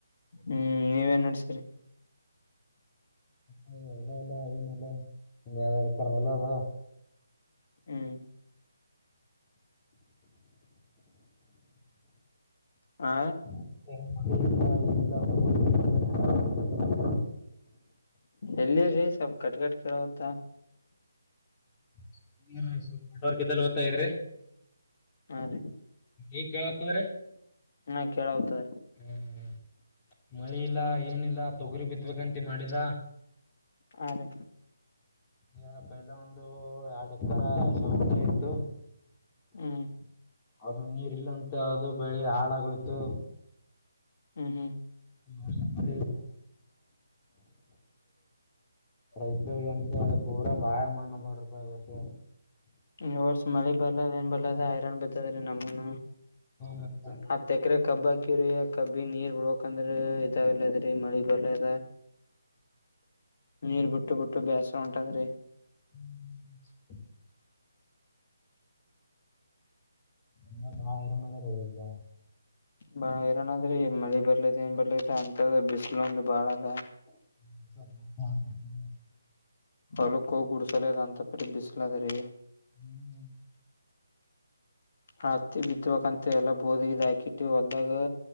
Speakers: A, on the left (about 50°); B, on the left (about 20°).
A: ಹ್ಮ್ ನೀವೇನ್ ನಡೆಸಿರಿ
B: ಹೊಲ ಇಲ್ಲಾ ಏನ ಇಲ್ಲಾ ಒಂದೆರಡ ಎಕರೆ ಹೊಲ ಅದ
A: ಹ್ಮ್ ಹಾ
B: <inaudible> <unintelligible>
A: ಎಲ್ಲಿ ರಿ ಸ್ವಲ್ಪ ಕಟ್ ಕಟ್ ಕೇಳವತ್ತ
B: ಸ್ವಲ್ಪ ನೆಟ್ವರ್ಕ್ ಇದಲ್ಲಿ <unintelligible> ಹೋಗ್ತಾ ಇರಿ
A: ಹಾರಿ
B: ಈಗ ಕೇಳವಾತ ತುಗೋರಿ
A: ಹಾ ಕೇಳವತ್ತದ
B: ಹ್ಮ್ ಮಳಿ ಇಲ್ಲ ಏನಿಲ್ಲ ತೊಗರಿ ಬಿತ್ಬೇಕಂತ ಮಾಡಿದ
A: ಹಾ ರೀ
B: ಈಗ ಪಹಲ ಒಂದು ಎರಡುಕ್ಕರ ಶಾವಂತಿಗೇ ಇತ್ತು
A: ಹ್ಮ್
B: ಅದು ನೀರ ಇಲ್ಲ ಅಂತ ಅದು ಬೆಳಿ ಹಾಳಾಗೋಯ್ತು
A: ಹೂ ಹೂ
B: <unintelligible> ರೈತ ಎಂತ ಪೂರಾ ಬಾಯಾಗ ಮಣ್ಣ ಮಾಡಿರಪ ಈ ವರ್ಷ
A: ಈ ವರ್ಷ ಮಳೆ ಬರ್ಲದ ಏನ್ ಬರ್ಲದ ಐರನ್ ಬಿದ್ದದೀ ನಮಗನು
B: ಹತ್ತ <unintelligible>
A: ಹತ್ತ ಎಕರೆ ಕಬ್ಬ ಹಾಕ್ಯಿವ್ರೀ ಆ ಕಬ್ಬಿ ನೀರ್ ಬಿಡಬೇಕ ಅಂದ್ರ ಇದಾವಲ್ಲದ್ರೀ ಮಳಿ ಬರ್ಲದ ನೀರ್ ಬಿಟ್ಟು ಬಿಟ್ಟು ಬೇಸರ ಹೊಂಟದರಿ
B: <unintelligible> ಇನ್ನ ಬಾಳ ಹೈರಾಣ ಆದರಿ ಈಗ <unintelligible>
A: ಬಾಳ ಹೈರಾಣ ಆದರಿ ಮಳಿ ಬರ್ಲೈತೆ ಏನ್ ಬರ್ಲತೆ ಅಂತ ಬಿಸಿಲು ಒಂದು ಬಾಳ ಅದ
B: <unintelligible>
A: ಹೊಲಕ್ಕ ಹೋಗಿ ಉಡ್ಸಲದ <unintelligible> ಅಂತ ಪರಿ ಬಿಸಲ ಆದ ರಿ
B: ಹ್ಮ್ ಹ್ಮ
A: ಹತ್ತಿ ಬಿತ್ಬೇಕಕಂತ ಎಲ್ಲಾ ಬೋದಗಿದ್ ಹಾಕಿಟ್ಟು ಹೊಲ್ದಾಗ